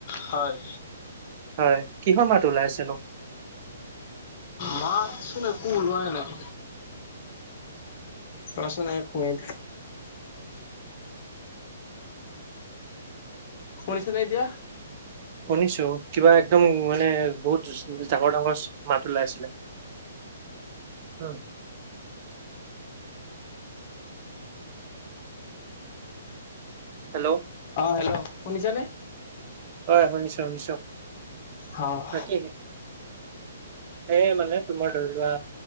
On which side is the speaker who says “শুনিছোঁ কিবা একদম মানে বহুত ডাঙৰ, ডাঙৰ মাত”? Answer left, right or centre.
Right